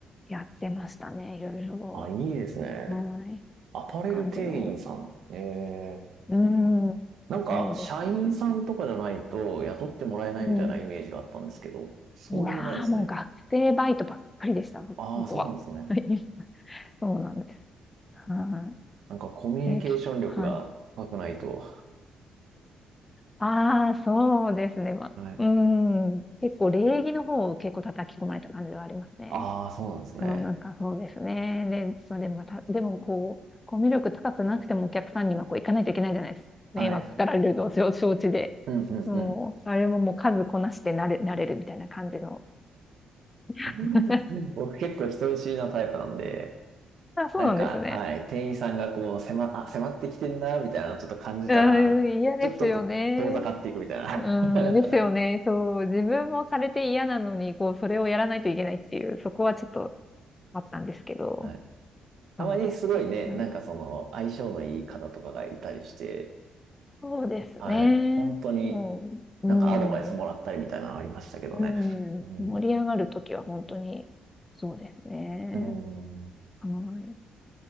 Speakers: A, on the left; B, on the right.
A: やってましたね。いろいろ。
B: あ、いいですね。
A: はい。
B: アパレル店員さん。
A: 感じの。
B: ええ。
A: うん。
B: なんか、
A: そうですね。
B: 社員さんとかじゃないと雇ってもらえないみたいなイメージがあったんですけど、
A: うん。
B: そうでもないですね。
A: いいなあもう学生バイトばっかりでした、その子は。
B: ああ、そうなんですね。
A: <laughs> はい。そうなんです。は
B: なんかコミュニケーション力が高くないと。
A: い。え、き、はい。ああ、そうですね。まあ、
B: はい。
A: うん。結構礼儀の方を結構叩き込まれた感じはありますね。
B: ああ、そうなんですね。
A: そう、なんかそうですね。で、それまた、でもこう、コミュ力高くなくてもお客さんにはこう行かないといけないじゃないですか。
B: はい。
A: 迷惑かられるのを承知で。
B: うん、うん、
A: もう、
B: うん。
A: あれももう数こなしてなれ、なれるみたいな感じの。<laughs>
B: <laughs> 僕結構人見知りなタイプなんで、
A: あ、そうなんですね。
B: なんか、はい、店員さんがこう、迫、あ、迫ってきてんな、みたいなのをちょっと感じたら、
A: うーん、嫌ですよね。
B: ちょっとと遠ざかっていくみたいな。
A: うん、
B: <laughs>
A: ですよね。そう、自分もされて嫌なのに、こう、それをやらないといけないっていう、そこはちょっとあったんですけど、
B: はい。たまにすごいね、
A: そうですね。はい。
B: なんかその、相性のいい方とかがいたりして、
A: そうですね。
B: はい、本当に
A: もう、
B: なんかアドバイスもらったりみたいなのありましたけどね。
A: うん、うん、
B: うん。
A: 盛り上がるときは本当に、そうですね。
B: うん。
A: はい。